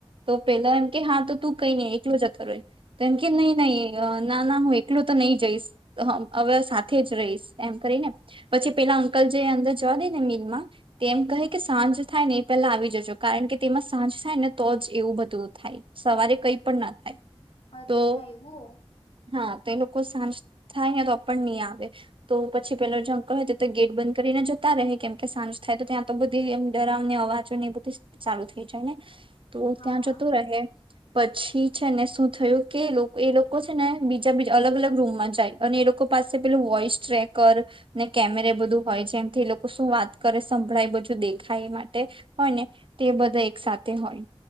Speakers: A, on the right; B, on the left.
A: તો પેલા એમ કે હા, તો તું કઈ નહી એકલો જતો રહે. તો એમકે નહી, નહી ના, ના હું એકલો તો નહી જઈશ હવે સાથે જ રહીશ એમ કરી ને, પછી પેલા અંકલ જે અંદર જવા દે ને મિલમાં તે એમ કહે કે, સાંજ થાય ને એ પહેલા આવી જજો. કારણ કે, તેમાં સાંજ થાય ને, તો જ એવું બધું થાય સવારે કઈ પણ ના થાય.
B: અચ્છા,
A: તો
B: એવું.
A: હા, તો એ લોકો સાંજ થાયને તો પણ નહી આવે. તો પછી પેલા જો અંકલ હોય તો તો ગેટ બંધ કરીને જતા ર રહે કેમ કે સાંજ થાય તો ત્યાં તો બધી એમ ડરાવને અવાજો ને એ બધી સારુ થઈ જાય ને. તો
B: હા
A: ત્યાં
B: હા
A: જતોું રહે પછી છે ને શું થયું કે એ લોકો છે ને બીજા બીજા અલગ અલગ રૂમમાં જાય અને એ લોકો પાસે પેલું વોઈસ ટ્રેકર ને કેમેરે બધું હોય જેમથી એ લોકો શું વાત કરે સંભળાય બધું દેખાય માટે હોય ને તે બધા એક સાથેથે હોય